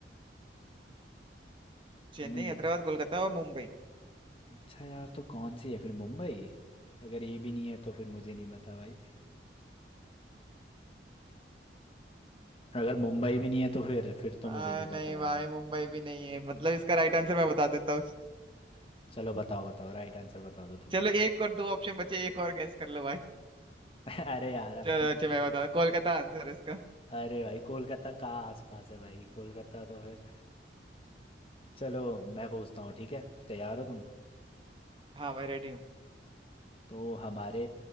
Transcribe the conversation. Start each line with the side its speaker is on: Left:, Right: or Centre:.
Right: चेन्नई
Left: तुमने ये
Right: हैदराबाद कोलकाता और मुंबई
Left: अच्छा यार तो कौन सी है फिर मुंबई अगर ये भी नहीं है तो फिर मुझे नहीं पता भाई अगर मुंबई भी नहीं है तो फिर फिर तो
Right: आ,
Left: मुझे नहीं पता
Right: नहीं
Left: यार
Right: भाई मुंबई भी नहीं है मतलब इसका राइट आंसर मैं बता देता हूँ
Left: चलो बताओ बताओ राइट आंसर बता दो तुम्हें
Right: चलो एक और दो ऑप्शन बचे एक और गेस कर लो भाई
Left: <laughs> अरे यार अब
Right: चलो
Left: तो
Right: अच्छा
Left: मैंने-
Right: मैं बता कोलकाता आंसर है इसका
Left: अरे भाई कोलकाता का आसपास है भाई कोलकाता तो फिर चलो मैं पूछता हूँ ठीक है तैयार हो तुम
Right: हाँ भाई रेडी हूँ
Left: तो हमारे